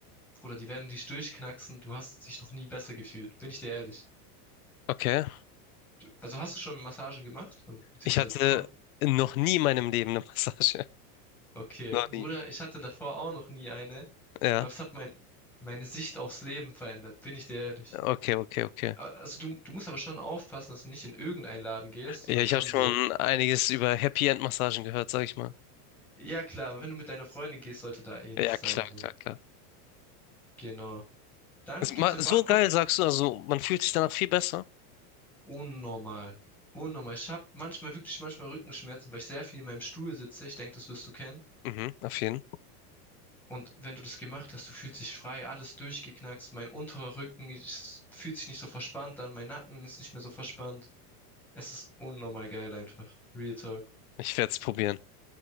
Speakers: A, in the centre; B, on the left (about 60°).
A: Bruder, die werden dich durchknacksen. Du hast dich noch nie besser gefühlt. Bin ich dir ehrlich.
B: Okay.
A: Also hast du schon Massagen gemacht? Also, Beziehungsweise
B: Ich hatte
A: bekommen?
B: noch nie in meinem Leben eine Massage.
A: Okay.
B: <laughs> Noch
A: Bruder,
B: nie.
A: ich hatte davor auch noch nie eine. Ich
B: Ja.
A: glaube, es hat mein, meine Sicht aufs Leben verändert. Bin ich dir ehrlich.
B: Okay, okay, okay.
A: A- Also du, du musst aber schon aufpassen, dass du nicht in irgendeinen Laden gehst, sondern
B: Ja, ich
A: schon
B: habe schon
A: wo.
B: einiges über Happy End Massagen gehört, sag ich mal.
A: Ja klar, aber wenn du mit deiner Freundin gehst, sollte da eh nichts
B: Ja, klar,
A: sein. So.
B: klar, klar.
A: Genau. Dann
B: Ist
A: gibt's
B: ma-
A: in
B: So
A: Bangkok
B: geil, sagst du, also man fühlt sich danach viel besser.
A: Unnormal. Unnormal. Ich habe manchmal wirklich manchmal Rückenschmerzen, weil ich sehr viel in meinem Stuhl sitze. Ich denke, das wirst du kennen.
B: Mhm, auf jeden.
A: Und wenn du das gemacht hast, du fühlst dich frei, alles durchgeknackst. Mein unterer Rücken ist, fühlt sich nicht so verspannt an, mein Nacken ist nicht mehr so verspannt. Es ist unnormal geil einfach. Real Talk.
B: Ich werde es probieren.